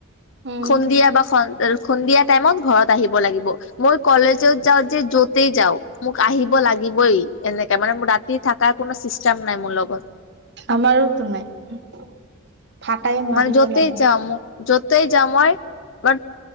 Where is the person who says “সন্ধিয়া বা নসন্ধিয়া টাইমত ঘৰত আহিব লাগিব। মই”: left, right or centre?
Left